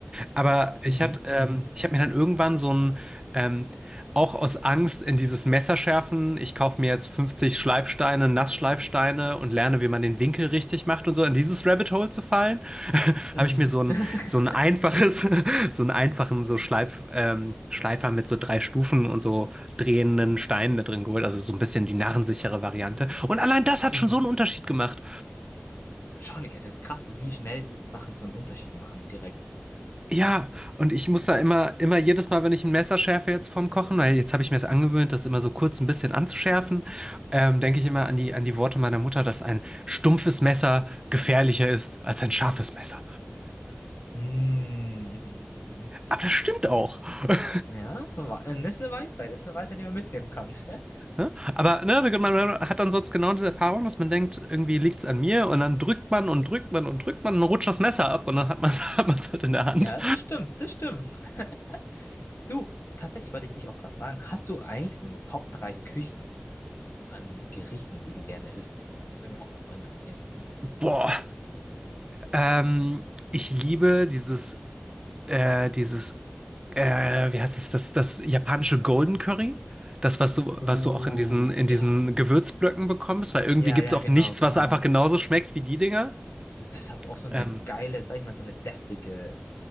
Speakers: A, on the right; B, on the left.
A: Aber ich
B: mhm,
A: hatte, ähm, ich habe mir dann irgendwann so ein, ähm, auch aus Angst in dieses Messerschärfen, ich kaufe mir jetzt 50 Schleifsteine, Nassschleifsteine und lerne, wie man den Winkel richtig macht und so, in dieses Rabbit Hole zu fallen, <laughs>
B: mhm,
A: habe ich mir so ein,
B: <laughs>
A: so ein einfaches, <laughs> so einen einfachen so Schleif, ähm, Schleifer mit so drei Stufen und so drehenden Steinen da drin geholt, also so ein bisschen die narrensichere Variante. Und allein das hat
B: mhm.
A: schon so einen Unterschied gemacht.
B: Schon, ja, das ist krass, wie schnell Sachen so einen Unterschied machen, direkt.
A: Ja, und ich muss da immer, immer jedes Mal, wenn ich ein Messer schärfe jetzt vom Kochen, weil jetzt habe ich mir es angewöhnt, das immer so kurz ein bisschen anzuschärfen, ähm, denke ich immer an die, an die Worte meiner Mutter, dass ein stumpfes Messer gefährlicher ist als ein scharfes Messer.
B: Mhm, mhm,
A: Aber das stimmt auch. <laughs>
B: mhm. Ja, wa- äh, das ist eine Weisheit, das ist eine Weisheit, die man mitnehmen kann. <laughs>
A: Ne? Aber ne, man hat dann sonst genau diese Erfahrung, dass man denkt, irgendwie liegt's an mir und dann drückt man und drückt man und drückt man und rutscht das Messer ab und dann hat man <laughs> hat man's halt in der Hand.
B: Ja, das stimmt, das stimmt. <laughs> Du, tatsächlich wollte ich dich auch gerade fragen, hast du eigentlich so eine Top 3 Küchen an Gerichten, die du gerne isst? Das würde mich auch mal voll interessieren.
A: <laughs> Boah, ähm, ich liebe dieses, äh, dieses äh, wie heißt es, das, das japanische Golden Curry? Das, was du,
B: Oh,
A: was du auch in diesen, in
B: ja.
A: diesen Gewürzblöcken bekommst, weil irgendwie
B: Ja,
A: gibt
B: ja,
A: es auch
B: genau,
A: nichts,
B: genau.
A: was einfach genauso schmeckt wie die Dinger.
B: Das hat auch so eine
A: Ähm,
B: geile, sag ich mal, so eine deftige